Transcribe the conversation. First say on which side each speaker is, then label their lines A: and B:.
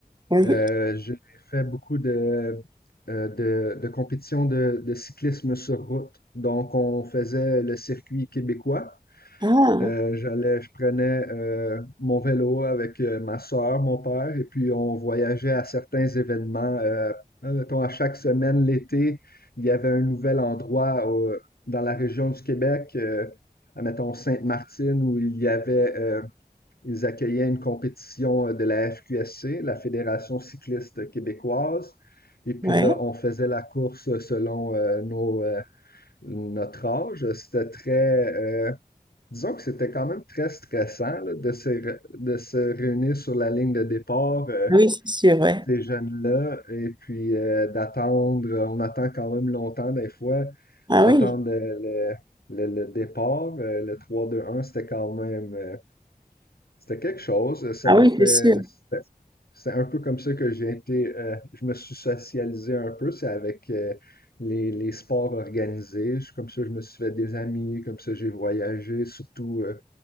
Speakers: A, on the right (about 30°); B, on the left (about 80°).
A: Oui.
B: Euh, j'ai fait beaucoup de euh, de, de compétitions de, de cyclisme sur route. Donc on faisait le circuit québécois.
A: Ah,
B: Euh, j'allais, je prenais euh, mon vélo avec euh, ma sœur, mon père, et puis on voyageait à certains événements. Euh, hein, mettons, à chaque semaine, l'été, il y avait un nouvel endroit au- dans la région du Québec, euh, à, mettons Sainte-Martine, où il y avait, euh, ils accueillaient une compétition euh, de la FQSC, la Fédération cycliste québécoise. Et puis
A: ouais.
B: là, on faisait la course selon euh, nos, euh, notre âge. C'était très, euh, Disons que c'était quand même très stressant là, de se, re- de se réunir sur la ligne de départ, euh,
A: Ah Oui, c'est sûr, ouais.
B: ces jeunes-là, et puis euh, d'attendre, euh, on attend quand même longtemps des fois,
A: Ah
B: d'attendre
A: oui.
B: le, le, le- le départ, euh, le trois deux un c'était quand même, euh, c'était quelque chose, ça
A: Ah
B: l'a
A: oui,
B: fait,
A: c'est sûr.
B: c'était- c'est un peu comme ça que j'ai été, euh, je me suis socialisé un peu, c'est avec euh, les, les sports organisés, Je- comme ça je me suis fait des amis, comme ça j'ai voyagé, surtout... euh,